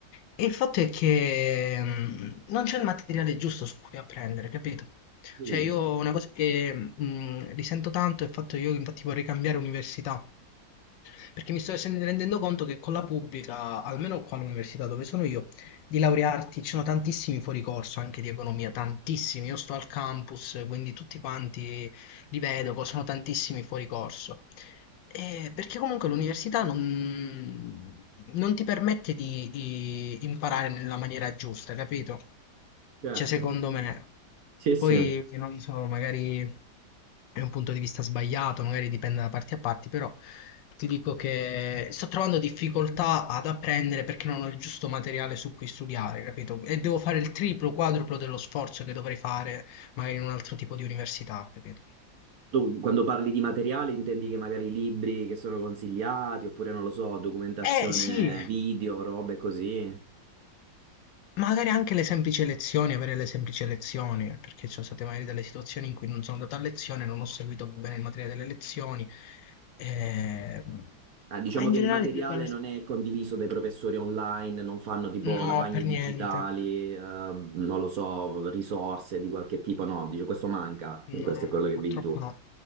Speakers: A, on the left; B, on the right.
A: E il fatto è che mh, non c'è il materiale giusto su cui apprendere, capito?
B: Mm,
A: Cioè, io una cosa che mh, risento tanto è il fatto che io infatti vorrei cambiare università. Perché mi sto sen- rendendo conto che con la pubblica, almeno qua all'università dove sono io, di laurearti ci sono tantissimi fuori corso anche di economia, tantissimi. Io sto al campus, quindi tutti quanti li vedo, co- sono tantissimi fuori corso. Eh, perché comunque l'università non, non ti permette di, di imparare nella maniera giusta, capito?
B: certo,
A: Cioè, secondo me.
B: sì, sì.
A: Poi, non so, magari è un punto di vista sbagliato, magari dipende da parti a parti, però ti dico che sto trovando difficoltà ad apprendere perché non ho il giusto materiale su cui studiare, capito? E devo fare il triplo, quadruplo dello sforzo che dovrei fare magari in un altro tipo di università, capito?
B: Tu, quando parli di materiale, intendi che magari libri che sono consigliati, oppure non lo so, documentazione
A: Eh sì,
B: video, robe così.
A: Magari anche le semplici lezioni, avere le semplici lezioni, perché ci sono state magari delle situazioni in cui non sono andato a lezione, non ho seguito bene il materiale delle lezioni. eh,
B: Ah, diciamo
A: Ma in
B: che
A: generale
B: il materiale
A: ti dicono...
B: non è condiviso dai professori online, non fanno tipo
A: No,
B: lavagne
A: per
B: digitali,
A: niente.
B: eh, non lo so, risorse di qualche tipo, no, dice questo manca,
A: No,
B: questo
A: no,
B: è quello che
A: purtroppo
B: vedi tu.
A: no.